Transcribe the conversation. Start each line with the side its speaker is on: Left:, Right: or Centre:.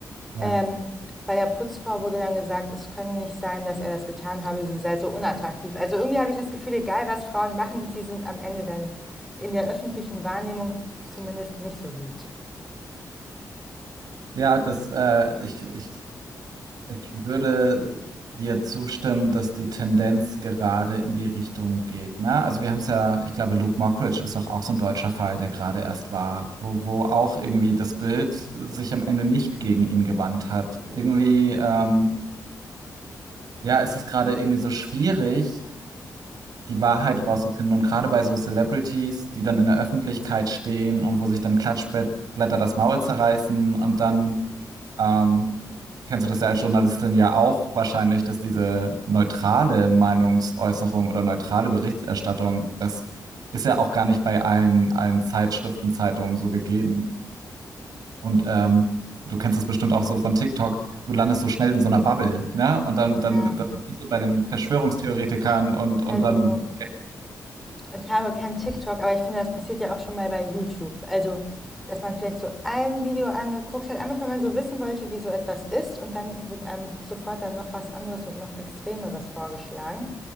Right: ja.
Centre: Ähm, bei der Putzfrau wurde dann gesagt, es könne nicht sein, dass er das getan habe, sie sei so unattraktiv. Also irgendwie habe ich das Gefühl, egal was Frauen machen, sie sind am Ende dann in der öffentlichen Wahrnehmung zumindest nicht so gut.
Right: Ja, das, äh, ich, ich Ich würde dir zustimmen, dass die Tendenz gerade in die Richtung geht. Ne? Also wir haben es ja, ich glaube, Luke Mockridge ist auch, auch so ein deutscher Fall, der gerade erst war, wo, wo auch irgendwie das Bild sich am Ende nicht gegen ihn gewandt hat. Irgendwie, ähm, ja, es ist gerade irgendwie so schwierig, die Wahrheit rauszufinden. Und gerade bei so Celebrities, die dann in der Öffentlichkeit stehen und wo sich dann Klatschblätter das Maul zerreißen und dann ähm, kennst du das ja als Journalistin ja auch wahrscheinlich, dass diese neutrale Meinungsäußerung oder neutrale Berichterstattung, das ist ja auch gar nicht bei allen, allen Zeitschriften, Zeitungen so gegeben. Und ähm, du kennst es bestimmt auch so von TikTok, du landest so schnell in so einer Bubble, ne? Und dann,
Centre: Ja,
Right: dann, dann bist du bei den Verschwörungstheoretikern und, und
Centre: also
Right: dann wird
Centre: Ich habe kein TikTok, aber ich finde, das passiert ja auch schon mal bei YouTube. Also, dass man vielleicht so ein Video angeguckt hat, einfach wenn man so wissen wollte, wie so etwas ist und dann wird einem sofort dann noch was anderes und noch Extremeres vorgeschlagen.